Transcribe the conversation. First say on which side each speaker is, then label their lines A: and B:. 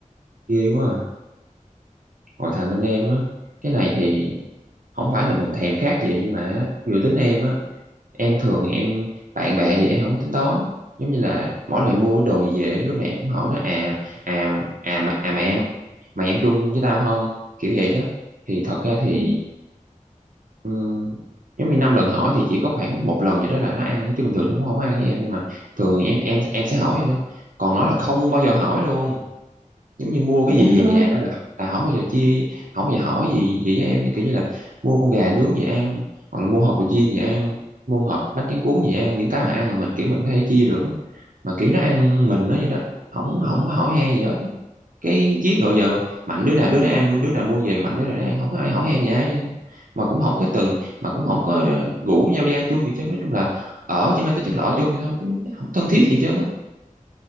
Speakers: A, on the right; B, on the right.
A: ghê quá à. Còn thằng bên em á cái này thì không phải là mình thèm khát gì nhưng mà dự tính em á em thường em bạn bè gì em không có tính toán giống như là mỗi lần mua đồ gì về lúc này em cũng hỏi nó à à à mà à mày ăn mày ăn chung với tao không kiểu vậy đó thì thật ra thì
B: Ừ,
A: ừm, giống như năm lần hỏi thì chỉ có khoảng một lần vậy đó là nó ăn thôi chứ bình thường nó cũng không ăn với em nhưng mà thường em em em sẽ hỏi rồi nó còn nó là không bao giờ hỏi luôn giống như mua cái gì
B: trời đất
A: về nhà
B: ơi
A: đó là là không bao giờ chia không bao giờ hỏi gì gì với em như kiểu như là mua con gà nướng về ăn hoặc là mua hộp đồ chiên về ăn mua hộp bánh tráng cuốn về ăn những cái mà ăn là mình kiểu mình có thể chia được á. mà kiểu nó ăn mình nó vậy đó không không có hỏi han gì hết cái ghét gọi giờ mạnh đứa nào đứa nấy ăn luôn đứa nào mua về mạnh đứa nào nó ăn không có ai hỏi han gì hết chứ mà cũng không có từng mà cũng không có ra- rủ nhau đi ăn chung gì chứ nói chung là ở chỉ mang tính chất là ở chung vậy thôi chứ không thân thiết gì chứ á.